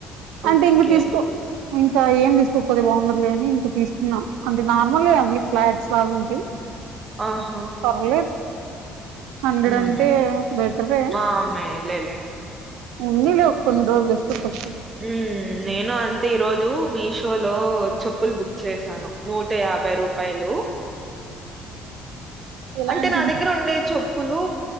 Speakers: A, on the right; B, on the right.
A: అంటే
B: ఓకే.
A: ఇంక తీసుకో ఇంకా ఏం తీసుకోకపోతే బాగుండదులే అని ఇంక తీసుకున్నా అంటే నార్మల్ అవి ఫ్లాట్స్ లాగా ఉంటాయి
B: ఆహా
A: పర్లేదు హండ్రెడ్
B: హ్మ్.
A: అంటే బెటరే
B: ఆ! మేలేలే.
A: ఉందిలే కొన్ని రోజులేస్తే కొంచెం
B: ఉమ్ నేను అంతే ఈ రోజు మీషో లో చెప్పులు బుక్ చేసాను నూట యాభై రూపాయలు
A: ఇలాంటివి
B: అంటే నా దగ్గర ఉండే చెప్ ప్పులు